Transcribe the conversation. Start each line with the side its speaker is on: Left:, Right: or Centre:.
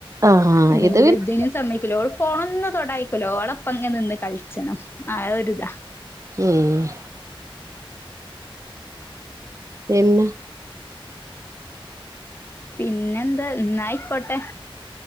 Right: ആഹ്
Left: ഇല്ലെങ്കിലും
Right: ഇത് പിന്നെ
Left: ഇതിനും സമ്മയിക്കുല്ല ഓള് ഫോണൊന്ന് തൊടായിക്കൂല്ല ഓളൊപ്പ അങ്ങ് നിന്ന് കളിച്ചണം ആ ഒരിതാ
Right: ഉം പിന്ന
Left: പിന്നെന്ത് എന്നാ ആയ്ക്കോട്ടെ